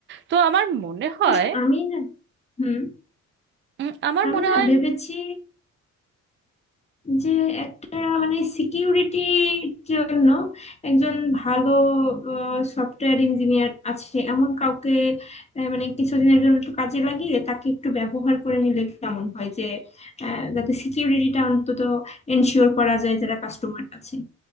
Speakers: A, on the right (about 40°); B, on the left (about 20°).
A: তো আমার মনে হয়
B: অবশ্য আমি না হুম
A: উম, আমার
B: আমি
A: মনে
B: না
A: হয়
B: ভেবেছি যে একটা মানে সিকিউরিটির জন্য একজন ভালো সফটওয়্যার ইঞ্জিনিয়ার আছে এমন কাউকে আহ, মানে কিছুদিনের জন্য একটু কাজে লাগিয়ে তাকে একটু ব্যবহার করে নিলে কেমন হয় যে আহ, যাতে সিকিউরিটিটা অন্তত এনশিওর করা যায় যারা কাস্টমার আছে